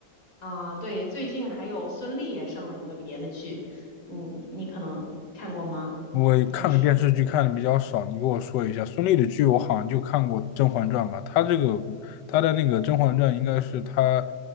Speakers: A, on the left; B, on the left.
A: 啊、对，最近还有孙俪也上了一个别的剧，嗯，你可能看过吗？
B: 我看个电视剧看的比较少，
A: 就是
B: 你给我说一下。孙俪的剧我好像就看过《甄嬛传》吧，她这个她的那个《甄嬛传》应该是她